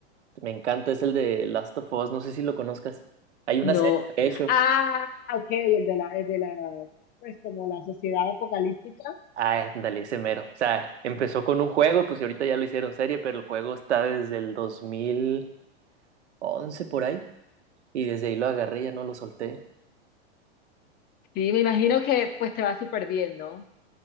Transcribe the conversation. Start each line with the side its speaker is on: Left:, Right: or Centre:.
Right: me encanta, es el de Last of Us, no sé si lo conozcas. Hay una
Left: No.
Right: serie, de hecho.
Left: Ah, ok, el de la, el de la, pues como la sociedad apocalíptica.
Right: Ah, ándale, ese mero. O sea, empezó con un juego, pues y ahorita ya lo hicieron serie, pero el juego está desde el dos mil once por ahí. Y desde ahí lo agarré, ya no lo solté.
Left: Sí, me imagino que pues te va súper bien, ¿no?